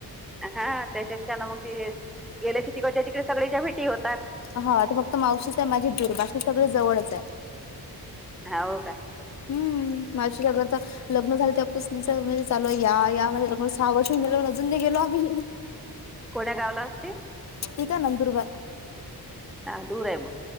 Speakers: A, in the centre; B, on the left.
A: हा त्याच्यातच्यान मग ते गेलं की तिकडच्या तिकडे सगळेच्या भेटी होतात.
B: हा आता फक्त मावशीच आहे माझी दुर बाकी सगळे जवळच आहे.
A: हाव का.
B: हम्म मावशीच घर तर लग्न झालं त्यापासच म चालू आहे या या माझ्या लग्न सहा वर्ष होऊन गेले पण अजून नाही गेलो आम्ही
A: कोण्या गावला असती?
B: ते का नंदुरबार
A: हा दूर आहे मग.